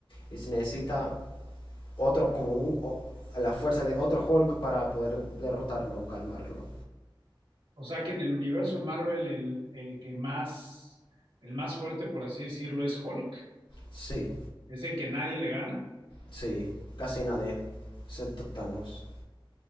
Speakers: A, on the left; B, on the right.
A: y se necesita otro, como un- o- la fuerza de otro Hulk para poder derrotarlo o calmarlo.
B: O sea que en el universo Marvel el, el que más, el más fuerte, por así decirlo, es Hulk.
A: Sí,
B: Es el que nadie le gana.
A: sí, casi nadie, excepto Thanos.